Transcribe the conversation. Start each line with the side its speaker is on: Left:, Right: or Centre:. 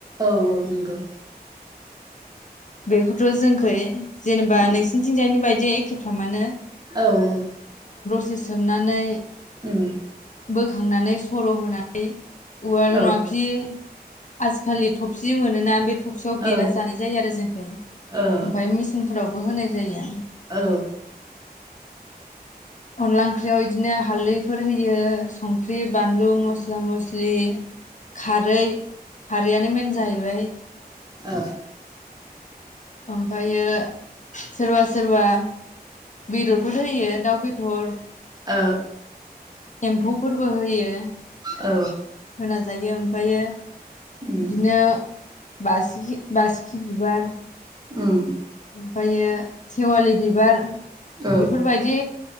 Right: औ औ नोंगौ
Left: बेखौथ जोंखै जेनेबा नोंसिनिथिंजायनि बायदि एखेफ्रामानो।
Right: औ‌ औ
Left: से सोमनानै
Right: ओम
Left: बोखांनानै सर होनानै उवाल
Right: औ
Left: नङाखि आजिखालि थफ्सि मोनोना बे थ सियाव‌ देना
Right: औ ओ
Left: जानाय जायो आरो जों ओमफाय
Right: ओ औ
Left: मिसिन फोर फोरावबो होनाय जायो
Right: औ
Left: अनला ओंख्रियाव इदिनो हाल्दैफोर होयो संख्रि बानलु मस्ला मस्लि खारै खारैआनो मेन जाहैबाय
Right: ओ
Left: ओमफायो सोरबा सोरबा बेदरफोर होयो दाउ बे दर
Right: ओ
Left: एम्फौफोरबो होयो
Right: औ
Left: होना जायो ओमफायो
Right: उम
Left: बिदिनो बासिगि बासिखि बिबार।
Right: उम।
Left: ओमफायो सेवालि बिबार।
Right: औ
Left: बेफोरबायदि